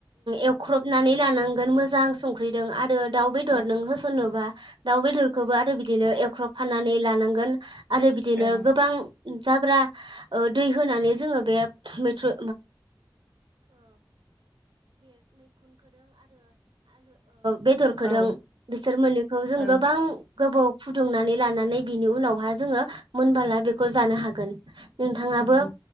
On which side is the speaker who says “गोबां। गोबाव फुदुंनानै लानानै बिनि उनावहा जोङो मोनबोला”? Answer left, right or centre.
Right